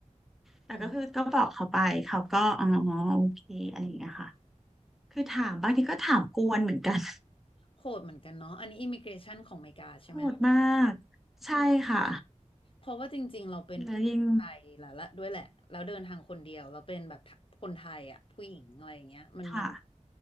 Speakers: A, in the centre; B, on the left (about 45°).
A: แต่ก็คือก็บอกเขาไป
B: อืม
A: เขาก็อ๋อ โอเคอะไรอย่างเงี้ยค่ะ คือถามบางทีก็ถามกวนเหมือนกัน
B: โหดเหมือนกันเนาะอันนี้อิมิเกรชันของอเมริกาใช่ไหมคะ
A: โหดมากใช่ค่ะ
B: อืมเพราะว่าจริงๆเราเป็นผู้หญิงไทยแล้วละด้วยแหละแล้วเดินทางคนเดียวเราเป็นแบบคนไทยอ่ะผู้หญิงอะไรอย่างเงี้ยมันมี
A: แล้วยิ่งค่ะ